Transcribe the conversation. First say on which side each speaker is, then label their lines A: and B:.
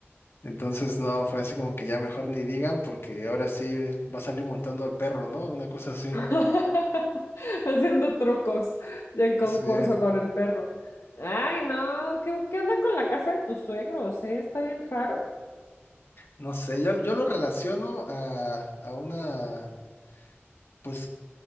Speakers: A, on the left (about 65°); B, on the left (about 85°).
A: Entonces, no, fue así como que ya mejor ni digan, porque ahora sí va a salir montando al perro, ¿no? Una cosa así.
B: <laughs> Haciendo trucos del concurso
A: sí
B: con el perro. Ay, no, ¿qué, qué onda con la casa de tus suegros? eh? Está bien raro.
A: no sé, yo, yo lo relaciono a, a una, pues,